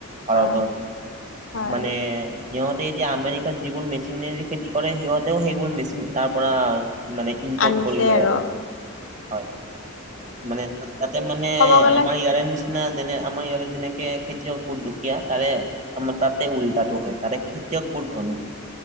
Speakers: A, on the right; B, on the left.
A: ভাৰতৰ।
B: হয় হয়
A: মানে সিহঁতে এতিয়া আমেৰিকাত যিবোৰ মেচিনেৰ খেতি কৰে, সিহঁতেও সেইবোৰ মেচিন তাৰ পৰা মানে ইম্পৰ্ট
B: আনিছে
A: কৰি লৈ
B: আৰু
A: আহে হয়। মানে তাত তাতে মানে
B: ক'ব গ'লে
A: আমাৰ ইয়াৰে নিচিনা যেনে আমাৰ ইয়াৰে যেনেকে খেতিয়ক বহুত দুখীয়া তাৰে আমাৰ তাতে উল্টাটো হয় তাতে খেতিয়কবোৰ ধনী।